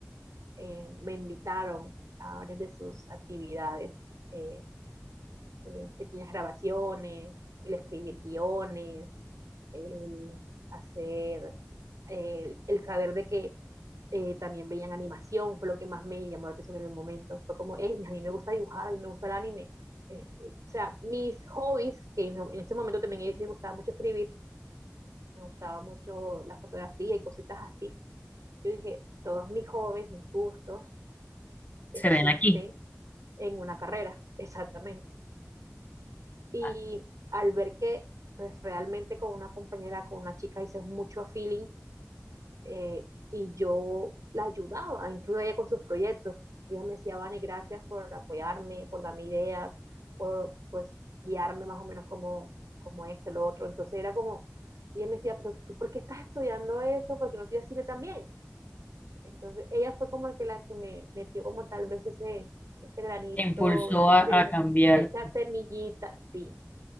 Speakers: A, on the right; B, on the left.
A: eh, me invitaron a varias de sus actividades, eh, eh, pequeñas grabaciones, el escribir guiones, el hacer, el, el saber de que eh, también veían animación, fue lo que más me llamó la atención en el momento. Fue como, hey, a mí me gusta dibujar, a mí me gusta el anime. Eh, o sea, mis hobbies, que en, en ese momento también me gustaba mucho escribir, me gustaba mucho la fotografía y cositas así. Yo dije, todos mis hobbies, mis gustos
B: se
A: existen
B: ven aquí.
A: en una carrera, <laughs> exactamente. Y
B: Ah,
A: al ver que pues realmente con una compañera, con una chica hice mucho a feeling, eh, y yo la ayudaba, incluso ella con sus proyectos. Ella me decía, Vane, gracias por apoyarme, por darme ideas, por pues guiarme más o menos como, como esto, lo otro. Entonces era como, ella me decía, pero tú, ¿por qué estás estudiando eso? por qué no estudias cine también. Entonces ella fue como el que, la que me metió como tal vez ese, ese granito,
B: te Impulsó
A: ese-
B: a, a cambiar.
A: esa semillita, sí.